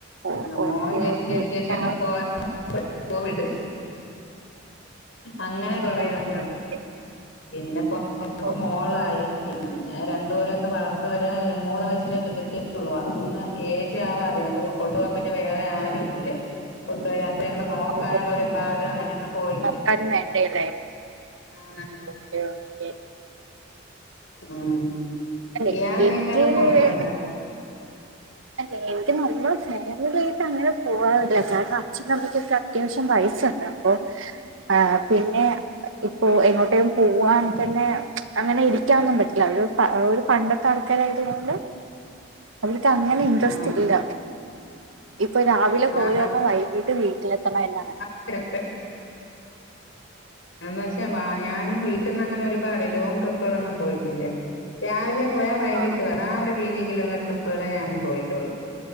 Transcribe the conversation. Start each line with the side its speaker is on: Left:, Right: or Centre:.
Right: ഓ
Left: ആ മോൻ
Right: ഓക്കെ
Left: ജനിച്ചേന്
Right: ഓക്കെ
Left: ശേഷം ഞങ്ങള്
Right: ആ
Left: പോ <unintelligible> കോവിഡ് അങ്ങനെ കൊറേ
Right: ഓക്കെ
Left: വട്ടം
Right: ഓക്കെ
Left: പിന്നെപ്പോയപ്പൊ
Right: ഓ
Left: മോളായി പിന്നെ രണ്ട് പേരും ഒന്ന് വളർ. ന്ന് വരാൻ മൂന്ന് വയസിന്. <unintelligible> <unintelligible> ഒന്ന് ഏജ് ആവാതെ ഞങ്ങക്ക് കൊണ്ടു പോകാൻ പിന്നെ വേറെ ആരും ഇല്ല. കൊണ്ടോയാല് ഞങ്ങളെ നോക്കാനുള്ളൊരുപാട്
Right: ഓ
Left: അങ്ങനെയൊന്നും പോയി.
Right: നോക്കാനും വേണ്ടല്ലേ
Left: ആ
Right: ഓക്കെ ഓക്കെ
Left: ഉം
Right: അല്ലെ
Left: ഇയാള് എവിടെയെങ്കിലൊക്കെ
Right: എനിക്ക്
Left: പോയിട്ടൊണ്ടോ?
Right: അല്ല. എനിക്ക് നമ്മള ഫാമിലി ആയിട്ട് അങ്ങനെ പോവാറില്ല കാരണം അച്ഛനും അമ്മയ്ക്കൊക്കെ. അത്യാവശ്യം വയസ്സൊണ്ട്. അപ്പോ ആ പിന്നെ. ഇപ്പോ എങ്ങോട്ടേം പോവാണെങ്കി തന്നെ അങ്ങനെ ഇരിക്കാനൊന്നും പറ്റില്ല. ഒരു പ ഓര് പണ്ടത്തെ ' ആൾക്കാരായതൊണ്ട് അവര്ക്ക് അ. അങ്ങനെ ഇൻട്രസ്റ്റില്ല.
Left: ആഹ്
Right: ഇപ്പൊ രാ. വിലെ പോയി
Left: ആഹ്
Right: രണം വൈകീട്ട് വീട്ടിലെത്തണം എന്നാണ്.
Left: <inaudible> ന്ന് വെച്ചാൽ ഞാനും വീട്ടിൽ നിന്ന് അങ്ങനെ ഒരുപാട് ലോങ് ട്രിപ്പ്. പ്പ്കളൊന്നും പോയിട്ടില്ല. രാവിലെ പോയാൽ വൈകിട്ട്
Right: ആ
Left: വരണം. ആഹ് ഒരു രീതിയിലുള്ള ട്രിപ്പുകളെ ഞാനും പോയിട്ടുള്ളൂ.